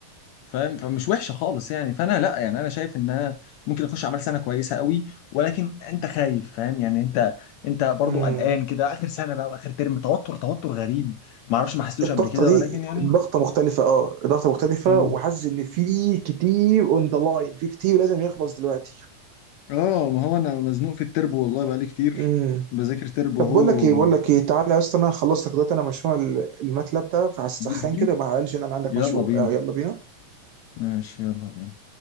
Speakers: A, on the left; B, on the right.
A: فاهم فمش وحشه خالص يعني فانا لا يعني انا شايف ان انا ممكن اخش اعمال سنه كويسه قوي ولكن انت خايف فاهم يعني انت انت برضو
B: امم
A: قلقان كده اخر سنه بقى واخر ترم توتر توتر غريب ما اعرفش ما حسيتوش
B: الضغطه
A: قبل كده
B: دي
A: ولكن يعني <laughs>
B: ضغطه مختلفه اه ضغطه مختلفه
A: مم.
B: وحاسس ان في كتير اون ذا لاين في كتير لازم يخلص دلوقتي
A: اه ما هو انا مزنوق في التربو والله بقالي كتير
B: امم
A: بذاكر تربو
B: طب
A: هو
B: بقول لك ايه بقول لك ايه تعالى يا اسطى انا خلصت لك دلوقتي انا مشروع ال- الماتلاب ده فهسخن
A: بي اس بي
B: كده يبقى على الأقل انا عندك
A: يلا
B: مشروع
A: بينا
B: آه، يلا بينا
A: ماشي يلا بينا